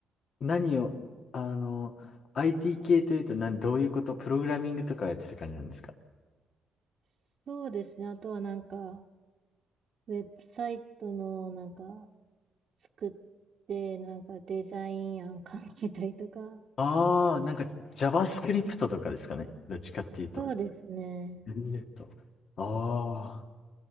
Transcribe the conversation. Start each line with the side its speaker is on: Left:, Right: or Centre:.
Left: 何を、あの、IT 系というとなん、どういうこと、プログラミングとかやってた感じなんですか
Right: そうですね。あとはなんか、ウェブサイトのなんか作って、なんかデザイン案考えたりとか、
Left: ああー、なんか JavaScript とかですかね。どっちかっていうと。
Right: そうですね。
Left: えっと、ああ。